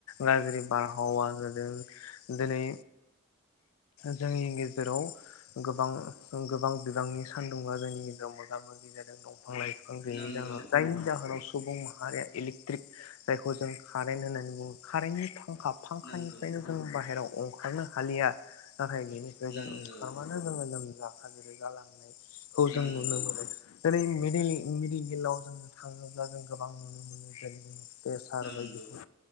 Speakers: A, on the left; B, on the left.
A: गाज्रि बारहावा जादों दिनै जोंनि गेजेराव गोबां गोबां बिबांनि सानदुङा जोंनि गेजेराव मोगा-मोगि जादों दं फां लाइफां गैयैनि
B: नोंगौ
A: जाहोनाव जायनि जाहोनाव सुबुं मा माहारिया इलिक ट्रिक जायखौ जों कारेन्ट होननानै बुङो। कारेन्टनि थाख फांखा फांखानिफ्रायनो
B: नोंगौ
A: जों बाहेरायाव अंखारनो हालिया। नाथाय बेनिफ्राय
B: नोंगो
A: जों ओंखारबानो जोङो लोमजा हाजिरै गालांनाय खौ
B: नोंगौ
A: जों नुनो मोनो दिनै - मेडिकेलाव जोङो थाङोब्ला जों गोबां नुनो मोनो जेरै <inaudible> प्रेसार
B: नोंगौ
A: बायदिखौ